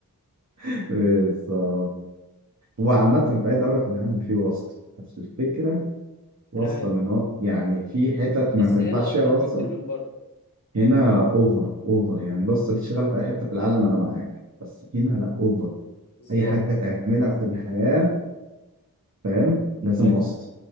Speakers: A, on the right; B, on the left.
A: <laughs> بالظبط هو عامة في أي دولة في العالم في واسطة بس الفكرة واسطة
B: انا عارف
A: من وط... يعني في حتت ما
B: بس
A: تنفعش
B: هنا اكتر
A: فيها الواسطة
B: بكتير من بره
A: هنا اوفر اوفر يعني الواسطة دي شغالة في أي حتة في العالم أنا معاك بس هنا لا اوفر
B: بزياده
A: أي حاجة تعملها في الحياة فاهم لازم
B: بقى. ايوه
A: واسطة